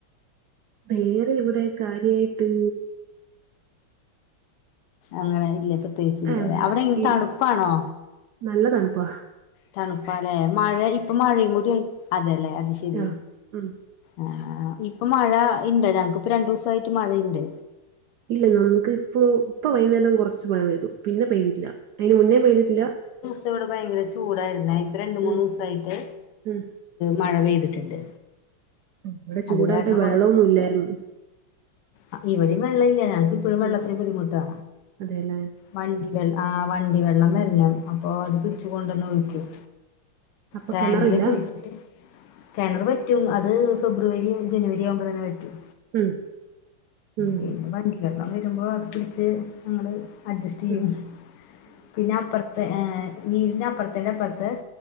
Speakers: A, on the right; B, on the left.
A: വേറെ ഇവിടെ കാര്യായിട്ട്
B: അങ്ങനെ ഇല്ല പ്രത്യേകിച്ചില്ലല്ലേ
A: ആഹ് വേറെ
B: അവിടെ എങ്ങനെ
A: ഈ
B: തണുപ്പാണോ
A: നല്ല തണുപ്പാ
B: തണുപ്പാലേ മഴ ഇപ്പൊ മഴയും കൂടി ആയി അതേ ലേ അത് ശെരി
A: ആഹ് ഉം
B: ആ ആ ഇപ്പൊ മഴ ഇണ്ട് ഞങ്ങക്ക് ഇപ്പ രണ്ടു ദിവസായിട്ട് മഴണ്ട്
A: ഇല്ല നമുക്ക് ഇപ്പ ഇപ്പൊ വൈകുന്നേരം കുറച്ച് പഴ പെയ്തു പിന്നെ പെയ്തിട്ടില്ല അയ്ന് മുന്നേം പെയ്തിട്ടില്ല
B: ഇന്ന് ഇവിടെ ഭയങ്കര ചൂടായിരുന്നേ ഇപ്പൊ രണ്ട് മൂന്ന്
A: ഉം
B: ദിവസായിട്ട്
A: ഉം
B: മഴ പെയ്തിട്ടുണ്ട്
A: ഇവിടെ ചൂടായിട്ട്
B: അത് കാരണം
A: വെള്ളമൊന്നും ഇല്ലായിരുന്നു
B: അ ഇവടിം വെള്ളം ല്ല്യ ഞങ്ങക്ക് ഇപ്പഴും വെള്ളത്തിന്
A: ഉം
B: ബുദ്ധിമുട്ടാ
A: അതെല്ലേ
B: വണ്ടി വെള്ള ആ വണ്ടി വെള്ളം വരണം അപ്പൊ അത് പിടിച്ച് കൊണ്ടന്ന് ഒഴിക്കും
A: അപ്പൊ
B: ടാങ്കില്
A: കിണറില്ല
B: പിടിച്ചിട്ട് കെണറ് വറ്റും അത് ഫെബ്രുവരിയും ജനുവരി ആവുമ്പ തന്നെ വറ്റും
A: ഉം ഉം
B: പിന്നെ വണ്ടിക്കെള്ളം വരുമ്പോ അത് പിടിച്ച് ഞങ്ങള് അഡ്ജസ്റ്റ് ചെയ്യും
A: ഉം
B: പിന്നെ അപ്പുർത്തെ ഏ വീടിന്റെ അപ്പൊർത്തിൻ്റെ അപ്പൊർത്ത്